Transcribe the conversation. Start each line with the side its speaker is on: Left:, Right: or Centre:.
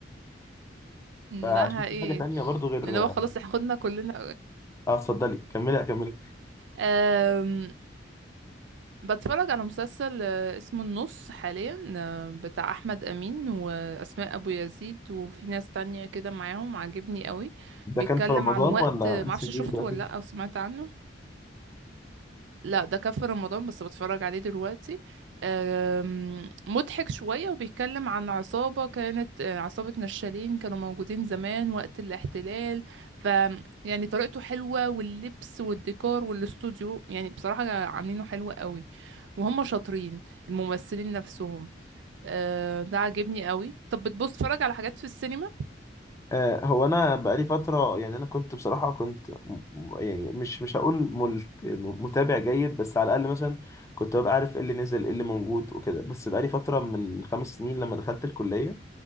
Left: <laughs>
Right: مم،
Left: فشفت
Right: ده حقيقي
Left: حاجه تانية برضو غير
Right: اللي هو
Left: اه
Right: خلاص احنا خدنا كلنا
Left: اتفضلي كملي كملي
Right: أم، بتفرج على مسلسل آه، اسمه النص حاليا آه، بتاع احمد امين واسماء ابو يزيد وفي ناس تانية كده معاهم عاجبني قوي
Left: ده
Right: بيتكلم
Left: كان في رمضان
Right: عن وقت
Left: ولا
Right: معرفش
Left: لسه جديد
Right: شفته
Left: دلوقتي؟
Right: ولا لا او سمعت عنه لا ده كان في رمضان بس بتفرج عليه دلوقتي آم، مضحك شوية وبيتكلم عن عصابة كانت آه، عصابة نشالين كانوا موجودين زمان وقت الاحتلال ف يعني طريقته حلوة واللبس والديكور والاستوديو يعني بصراحة عاملينه حلو قوي وهم شاطرين الممثلين نفسهم آه، ده عاجبني قوي طب بتبص تتفرج على حاجات في السينما
Left: آه، هو انا بقالي فتره يعني انا كنت بصراحه كنت م- م- يعني مش مش هقول ملت- م- متابع جيد بس على الاقل مثلا كنت ببقى عارف ايه اللي نزل ايه اللي موجود وكده بس بقالي فتره من خمس سنين لما دخلت الكليه